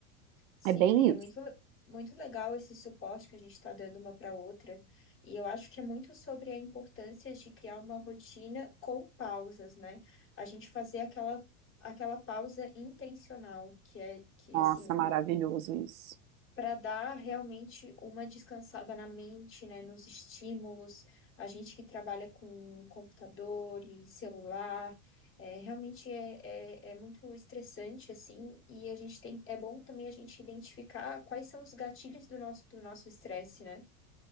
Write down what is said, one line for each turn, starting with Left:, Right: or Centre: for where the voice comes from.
Left: sim,
Right: É bem
Left: amiga.
Right: isso.
Left: Muito, le- muito legal esse suporte que a gente está dando uma para outra. E eu acho que é muito sobre a importância de criar uma rotina com pausas, né? A gente fazer aquela, aquela pausa intencional, que é que,
Right: Nossa,
Left: assim.
Right: maravilhoso isso.
Left: para dar realmente uma descansada na mente, né, nos estímulos. A gente que trabalha com computador e celular, é, realmente é, é, é muito estressante, assim, e a gente tem, é bom também a gente identificar quais são os gatilhos do nosso, do nosso estresse, né?